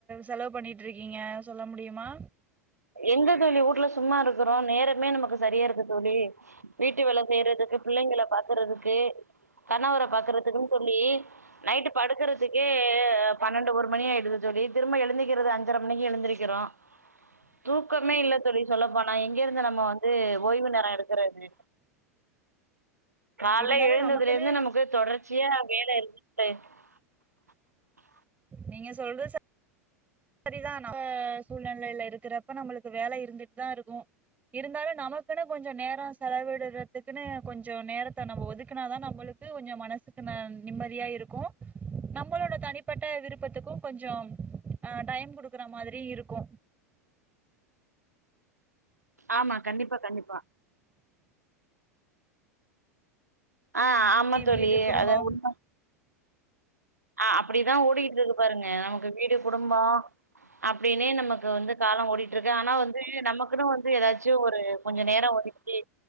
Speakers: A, on the right; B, on the right.
A: செலவு பண்ணிட்டு இருக்கீங்க சொல்ல முடியுமா
B: எங்க தோழி ஊட்ல சும்மா இருக் கறோ நேரமே நமக்கு சரியா இருக்கு தோழி வீட்டு வேல செய்யறதுக்கு பிள்ளைகள பாக்குறதுக்கு கணவர பாக்குறதுக்குன்னு சொல்லி நைட்டு படுக்கறதுக்கே பன்னெண்டு ஒரு மணி ஆயிடுது தோழி திரும்ப எழுந்தக்கிறது அஞ்சரை மணிக்கு எழுந்திருக்கிறோ தூக்கமே இல்ல தோழி சொல்லப்போனா எங்கேருந்து நம்ம வந்து ஓய்வு நேரம் எடுக்கறது காலைல
A: இருந்தாலு
B: எழுந்ததுலேருந்து
A: நமக்குன்னு
B: நமக்கு தொடர்ச்சியா வேல இருக்கு <inaudible>
A: நீங்க சொல்ற ச சரிதா நம் சூழ்நலைல இருக்குறப்ப நம்மளுக்கு வேல இருந்துட்தா இருக்கு இருந்தாலு நமக்குனு கொஞ்ச நேரோ செலவிடுறதுக்குனு கொஞ்சோ நேரத்த நம்ம ஒதுக்குனாதா நம்மளுக்கு ஒஞ்ச மனசுக்கு ந நிம்மதியா இருக்கு நம்பளோட தனிப்பட்ட விருப்பத்துக்கு கொஞ்சொ அ டைம் குடுக்குற மாதுரி இருக்கு
B: ஆமா கண்டிப்பா கண்டிப்பா அ ஆம தோழி
A: வீடு குடும்போ
B: அத உண்ம அ அப்டிதா ஓடியிட்ருக்கு பாருங்க நம கு வீடு குடும்பொ அப் டீனே நமக்கு வந்து காலொ ஓடியிட்ருக்கு ஆனா வந்து நமக்குன்னு வந்து ஏதாச்சு ஒரு கொஞ்சொ நேரொ ஒதுக் ஏ